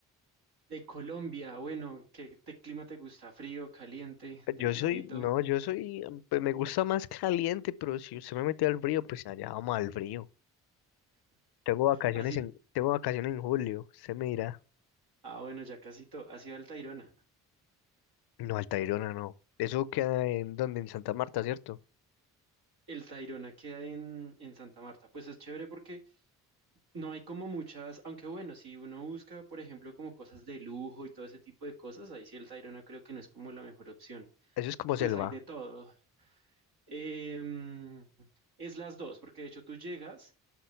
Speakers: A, on the right; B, on the left.
A: de Colombia, bueno, ¿qué te- clima te gusta? ¿Frío, caliente, templadito?
B: Yo soy, no, yo soy, mm, pues me gusta más caliente, pero si usted me mete al frío, pues allá vamos al frío. Tengo vacaciones
A: Así,
B: en, tengo vacaciones en julio, se me dirá.
A: ah, bueno, ya casi todo, ha sido al Tayrona.
B: No, Altairona no. Eso queda en donde, en Santa Marta, ¿cierto?
A: El Tayrona queda en, en Santa Marta. Pues es chévere porque No hay como muchas, aunque bueno, si uno busca, por ejemplo, como cosas de lujo y todo ese tipo de cosas, ahí sí el Tayrona creo que no es como la mejor opción.
B: Eso es como selva.
A: Pues hay de todo. Em, es las dos, porque de hecho tú llegas,